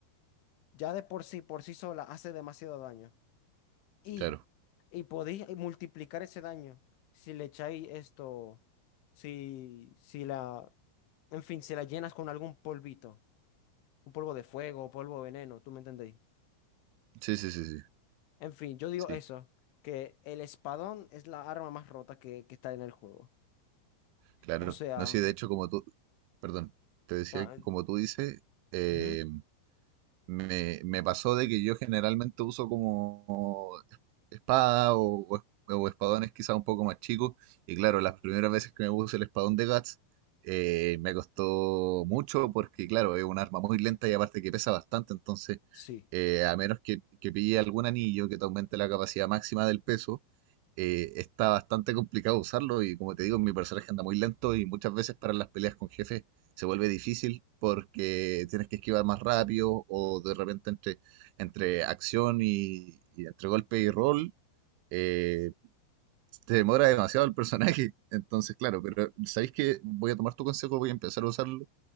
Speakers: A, on the left; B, on the right.
A: ya de por sí, por sí sola, hace demasiado daño. Y,
B: Claro.
A: y podéis multiplicar ese daño si le echáis esto, si, si la, en fin, si la llenas con algún polvito, un polvo de fuego, polvo de veneno, ¿tú me entendéis?
B: Sí, sí, sí, sí,
A: En fin, yo digo
B: sí,
A: eso, que el espadón es la arma más rota que que está en el juego.
B: claro.
A: O sea,
B: No, sí, de hecho, como tú, perdón, te decía
A: ah,
B: que como tú dices, eh,
A: ujú,
B: me, me pasó de que yo generalmente uso como espada o, o es- o espadones quizá un poco más chicos. Y claro, las primeras veces que me puse el espadón de Guts eh, me costó mucho porque claro, es un arma muy lenta y aparte que pesa bastante. Entonces,
A: sí,
B: eh, a menos que, que pille algún anillo que te aumente la capacidad máxima del peso, eh, está bastante complicado usarlo. Y como te digo, mi personaje anda muy lento y muchas veces para las peleas con jefes se vuelve difícil porque tienes que esquivar más rápido o de repente entre, entre acción y, y entre golpe y rol eh, te demora demasiado el personaje. <laughs> Entonces, claro, pero sabéis que voy a tomar tu consejo, voy a empezar a usarlo